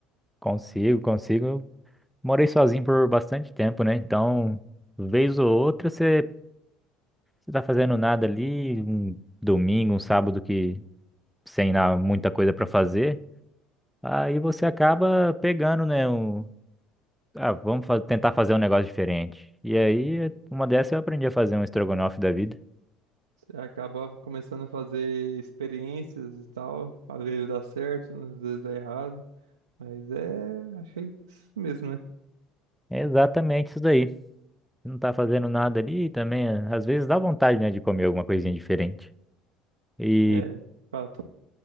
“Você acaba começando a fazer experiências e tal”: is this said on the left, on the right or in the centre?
Right